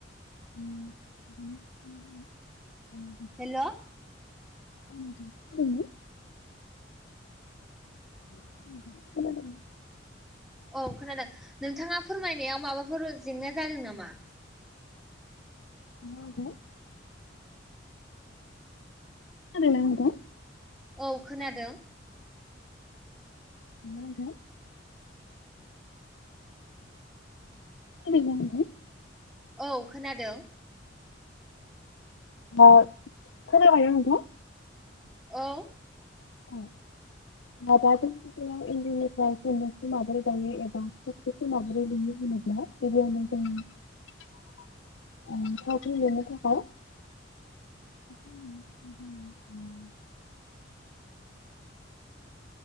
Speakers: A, on the left (about 70°); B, in the centre.
A: <unintelligible>
B: हेल'
A: उम <unintelligible>
B: औ खोनादों नोंथाङा फोरमायनायाव माबाफोर जेंना जादों नामा
A: <unintelligible> खोनादों ना आदा
B: औ खोनादों
A: <unintelligible> <unintelligible>
B: औ खोनादों
A: अ खोनबायायना नोंथां
B: औ
A: <unintelligible> <unintelligible> <unintelligible> <unintelligible> <unintelligible>